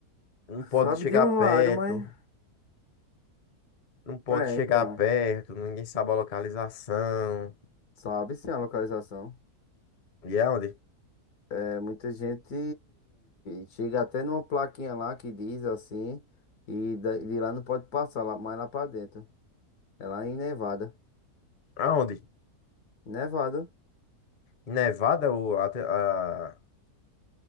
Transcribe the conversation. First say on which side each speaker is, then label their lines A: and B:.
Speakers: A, on the left; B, on the left.
A: Não pode
B: Sabe
A: chegar
B: de um
A: perto,
B: lado, mas.
A: não pode
B: É,
A: chegar
B: então.
A: perto, ninguém sabe a localização.
B: Sabe sim a localização.
A: E é aonde?
B: É, muita gente chega até numa plaquinha lá que diz assim, e da- de lá não pode passar, lá, mais lá pra dentro. É lá em Nevada.
A: Aonde?
B: Nevada,
A: Em Nevada ou a, te- a,